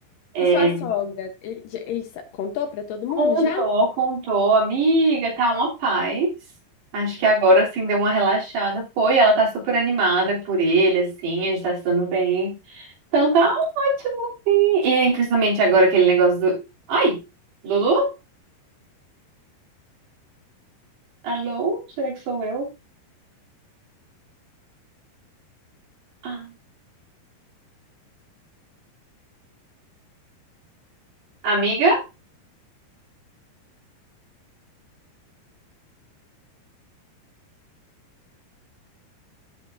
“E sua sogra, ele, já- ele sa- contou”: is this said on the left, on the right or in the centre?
Left